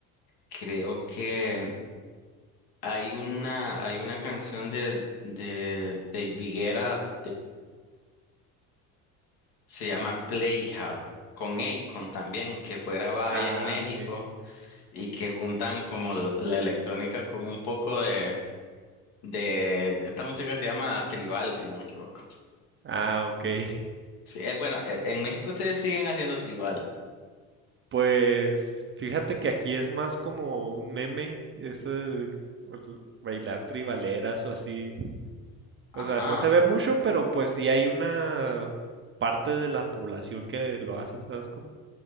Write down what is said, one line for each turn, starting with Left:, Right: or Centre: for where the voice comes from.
Left: creo que hay una, hay una canción de, de, de Higuera Se llama Playhouse, con Akon también, que fue grabada
Right: Ah,
Left: allá en México
Right: sí.
Left: y que juntan como l- la electrónica con un poco de, de esta música se llama tribal, si no me equivoco.
Right: Ah, ok. <laughs>
Left: Sí, eh, bueno, eh, en México se siguen haciendo tribal.
Right: Pues fíjate que aquí es más como un meme, eso de ol- bailar tribaleras o así.
Left: Ajá,
Right: O sea, no se ve mucho, pero pues sí hay una parte de la población que lo hace, ¿sabes cómo?